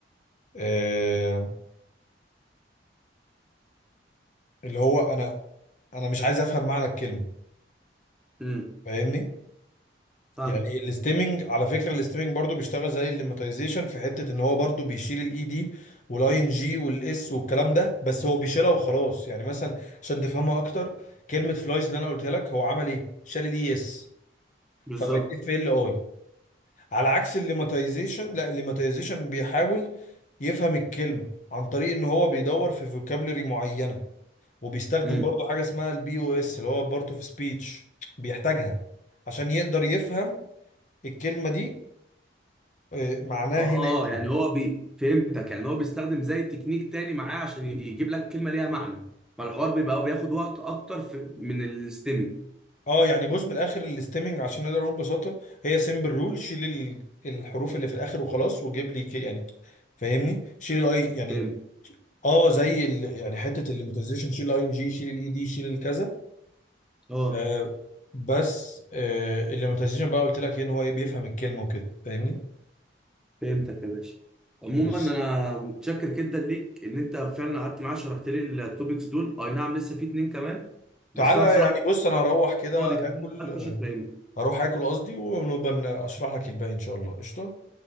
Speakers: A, on the left; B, in the centre.
A: آه... اللي هو انا انا مش عايز افهم معنى الكلمه
B: امم
A: فاهمني
B: فاهمه
A: يعني الاستيمنج على فكره الاستيمنج برضو بيشتغل زي الليماتيزيشن في حته ان هو برضو بيشيل الاي دي والاي ان جي والاس والكلام ده بس هو بيشيلها وخلاص يعني مثلا عشان تفهمها اكتر كلمه فلايز اللي انا قلتها لك هو عمل ايه شال الاي اس
B: بالظبط
A: فبقت اف ال اي على عكس الليماتيزيشن لا الليماتيزيشن بيحاول يفهم الكلمه عن طريق ان هو بيدور في فوكابولري معينه وبيستخدم
B: امم
A: برضو حاجه اسمها البي او اس اللي هو بارت اوف سبيتش بيحتاجها عشان يقدر يفهم الكلمه دي آه، معناه
B: اه
A: هنا ايه
B: يعني هو بي... فهمتك يعني هو بيستخدم زي تكنيك تاني معاه عشان ي- يجيب لك كلمه ليها معنى فالحوار بيبقى بياخد وقت اكتر في... من الاستمي
A: اه يعني بص من الاخر الاستيمنج عشان نقدر نقول ببساطه هي سيمبل رول شيل ال- الحروف اللي في الاخر وخلاص وجيب لي كي يعني فاهمني شيل الاي يعني
B: فهمت
A: اه زي ال يعني حته الليماتيزيشن شيل الاي ان جي شيل الاي دي شيل الكذا
B: اه
A: آه بس آه الليماتيزيشن بقى قلت لك إيه، ان هو إيه، بيفهم الكلمه وكده فاهمني
B: فهمتك يا باشا عموما
A: بس
B: انا متشكر جدا ليك ان انت فعلا قعدت معايا شرحت لي التوبكس دول اي نعم لسه في اتنين كمان بس
A: تعالى
B: انا بصراحه
A: يعني بص انا هروح كده
B: فاضي
A: اكل
B: كمان هتخش
A: آه،
B: تفهمني
A: هروح اكل قصدي ونبقى اشرح لك الباقي ان شاء الله قشطه